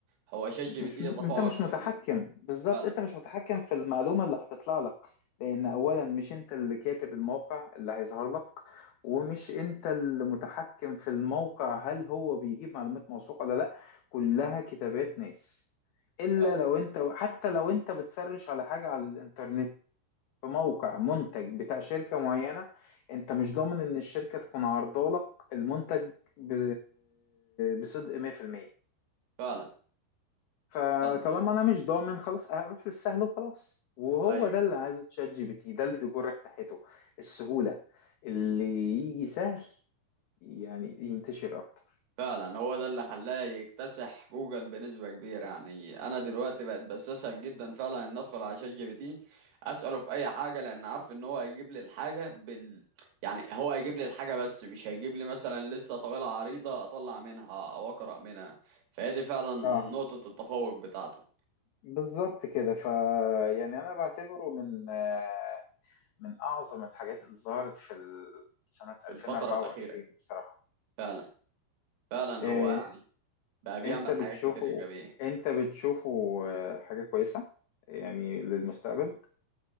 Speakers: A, on the right (about 55°); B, on the left (about 80°).
A: هو شات
B: مش
A: جي بي تي
B: م...
A: يتفوق
B: انت مش
A: في
B: متحكم
A: ال...
B: بالظبط
A: فعلا
B: انت مش متحكم في المعلومه اللي هتطلع لك لان اولا مش انت اللي كاتب الموقع اللي هيظهر لك ومش انت اللي متحكم في الموقع هل هو بيجيب معلومات موثوقه ولا لا كلها كتابات ناس الا
A: فعلا
B: لو انت حتى لو انت بتسرش على حاجه على الانترنت في موقع منتج بتاع شركه معينه انت مش ضامن ان الشركه تكون عارضه لك المنتج ب... بصدق 100%
A: فعلا
B: فطالما
A: فعلا ايوه
B: انا مش ضامن خلاص اروح للسهل وخلاص وهو
A: أيوه.
B: ده اللي عايزه تشات جي بي تي ده اللي بيجرك ناحيته السهولة اللي يجي سهل يعني ينتشر اكتر
A: فعلا هو ده اللي خلاه يكتسح جوجل بنسبة كبيرة يعني أنا دلوقتي بقت بستسهل جدا فعلا إن أدخل على شات جي بي تي أسأله في أي حاجة لأن عارف إن هو هيجيب لي الحاجة بال يعني هو هيجيب لي الحاجة بس مش هيجيب لي مثلا لسه طويلة عريضة أطلع منها أو أقرأ منها فهي دي فعلا
B: اه
A: نقطة التفوق بتاعته
B: بالظبط كده ف يعني انا بعتبره من آه، من اعظم الحاجات اللي ظهرت في ال- سنة
A: في
B: 2024
A: الفترة الأخيرة
B: بصراحة
A: فعلا فعلا
B: إيه،
A: هو يعني بقى بيعمل
B: انت بتشوفه
A: حاجات كتير إيجابية
B: انت بتشوفه آه، حاجة كويسة يعني للمستقبل